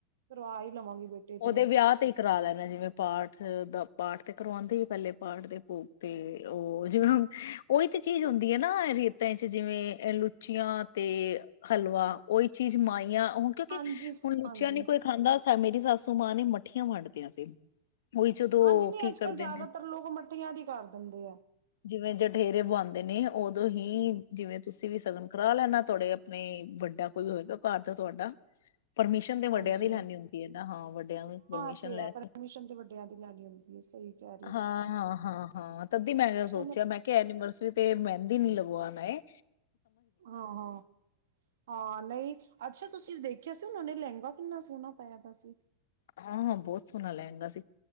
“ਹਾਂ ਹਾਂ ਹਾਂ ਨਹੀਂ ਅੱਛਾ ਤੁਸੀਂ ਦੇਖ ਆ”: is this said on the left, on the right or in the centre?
Right